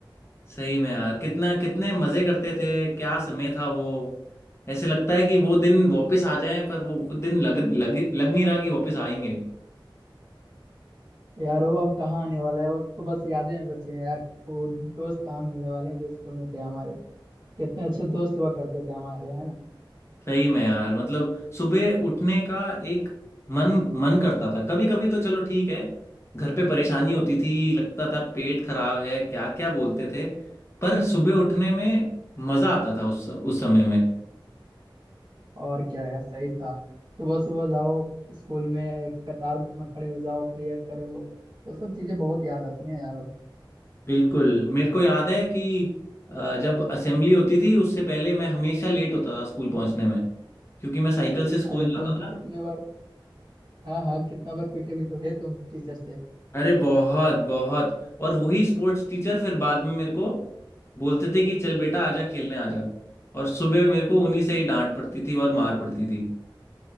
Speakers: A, on the left; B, on the right.
A: सही में यार कितना कितने मज़े करते थे क्या समय था वो ऐसे लगता है कि वो दिन वापस आ जाएं पर वो वो दिन लग लग लग नहीं रहा कि वापस आएंगे
B: यार वो अब कहाँ आने वाला है वो तो बस यादें में बचे हैं यार वो दोस्त कहाँ मिलने वाले हैं जो स्कूल में थे हमारे कितने अच्छे दोस्त हुआ करते थे हमारे है ना
A: सही में यार मतलब सुबह उठने का एक मन मन करता था कभी कभी तो चलो ठीक है घर पे परेशानी होती थी लगता था पेट खराब है क्या क्या बोलते थे पर सुबह उठने में मजा आता था उस उस समय में
B: और क्या यार सही था सुबह सुबह जाओ स्कूल में कतार में खड़े हो जाओ प्रेयर करो वो सब चीजें बहुत याद आती हैं यार अब
A: बिल्कुल मेरे को याद है कि अ, जब असेंबली होती थी उससे पहले मैं हमेशा लेट होता था स्कूल पहुंचने में क्योंकि मैं साइकिल से स्कूल
B: अरे
A: जाता
B: तुम
A: था
B: तो कितने बार हाँ हाँ कितना बार पीटे भी तो थे तुम टीचर से
A: अरे बहुत बहुत और वही स्पोर्ट्स टीचर फिर बाद में मेरे को बोलते थे कि चल बेटा आजा खेलने आजा और सुबह मेरे को उन्हीं से ही डांट पड़ती थी और मार पड़ती थी